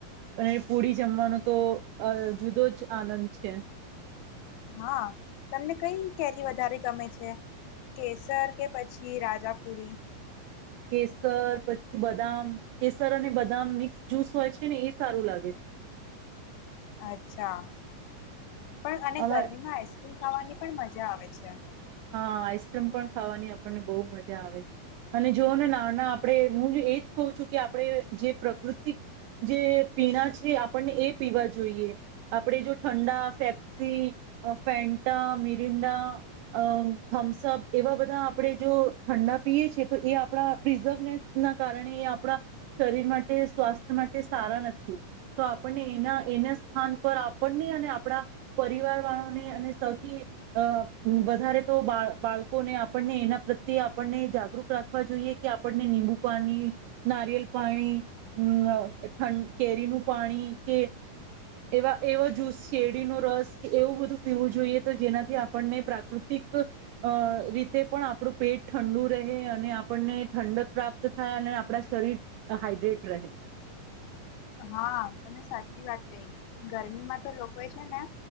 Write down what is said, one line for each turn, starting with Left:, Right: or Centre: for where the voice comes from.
Right: અને પુડી જમવાનો તો જુદો જ આનંદ છે.
Left: હા તમને કઈ કેરી વધારે ગમે છે કેસર કે પછી રાજાપુરી.
Right: કેસર પછી બદામ કેસર અને બદામ મિક્સ જ્યુસ હોય છે ને એ સારું લાગે છે.
Left: અચ્છા. પણ અને
Right: અમા
Left: ગરમી માં આઈસક્રીમ ખાવાની પણ મજ જા આવે છે.
Right: હા આઈસ્ક્રીમ પણ ખાવાની આપણને બહુ મજા આવે છે અને જોઓ ને નાના આપણે હું એજ કહઉ છું કે આપણે જે પ્રકૃતિક જે પીણા છે આપણને એ પીવા જોઈએ આપણે જો ઠંડા પેપ્સી ફેન્ટા મિરિંડા અ થમ્સઅપ એવા બધા આપણે જો ઠંડા પીએ છીએ તો એ આપણા પ્રિઝર્વનેસ ના કારણે એ આપણા શરીર માટે સ્વાસ્થ્ય માટે સારા નથી તો આપણને એના એના સ્થાન પર આપણને અને આપણા પરિવાર વાળોને અને સૌથી અ વધારે તો બા બાળકોને આપણને એના પ્રત્યે આપણને જાગૃત રાખવા જોઈએ કે આપણને નીબુ પાણી નારિયેલ પાણી અ ઠં કેરીનું પાણી કે એવા એવા જ્યૂસ શેરડીનો રસ એવું બધું પીવું જોઈએ તો જેનાથી આપણને પ્રાકૃતિક અ રીતે પણ આપણું પેટ ઠંડુ રહે અને આપણને ઠંડક પ્રાપ્ત થાય અને આપણા શરીર હાઈડ્રેટ રહે.
Left: હા તમે સાચી વાત કહી ગરમીમાં તો લોકોએ છે ને